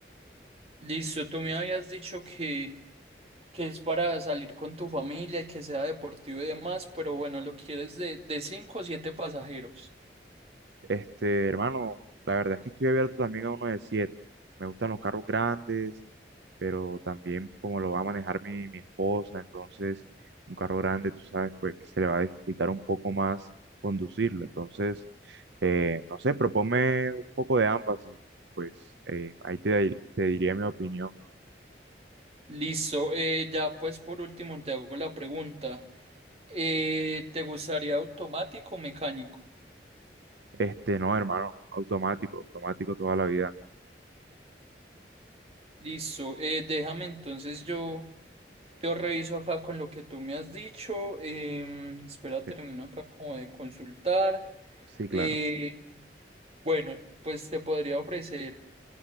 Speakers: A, on the right; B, on the right.
A: Listo, tú me habías dicho que que es para salir con tu familia, y que sea deportivo y demás, pero bueno, lo quieres de, de cinco o siete pasajeros.
B: Este, hermano, la verdad es que estoy abierto también a uno de siete. Me gustan los carros grandes, pero también como lo va a manejar mi, mi esposa, entonces un carro grande, tú sabes, pues que se le va a dificultar un poco más conducirlo. Entonces, eh, no sé, proponme un poco de ambas y pues eh, ahí te, di- te diría mi opinión.
A: Listo, eh, ya pues por último te hago la pregunta. Eh, ¿te gustaría automático o mecánico?
B: Este, no, hermano, automático, automático toda la vida.
A: Listo, eh, déjame entonces yo, yo reviso acá con lo que tú me has dicho. em, espera,
B: Sí,
A: termino acá como de consultar.
B: sí,
A: Eh,
B: claro.
A: bueno, pues te podría ofrecer.